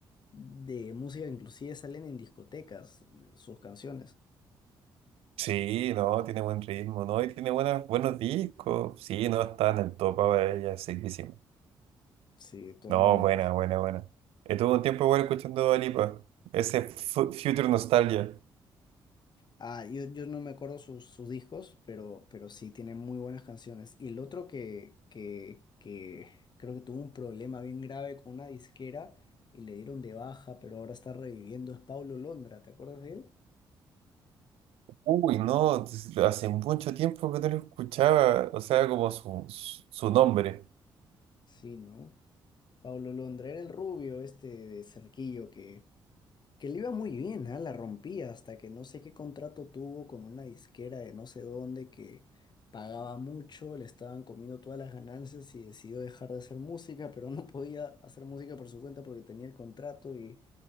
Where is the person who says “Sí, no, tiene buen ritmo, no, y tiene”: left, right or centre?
Right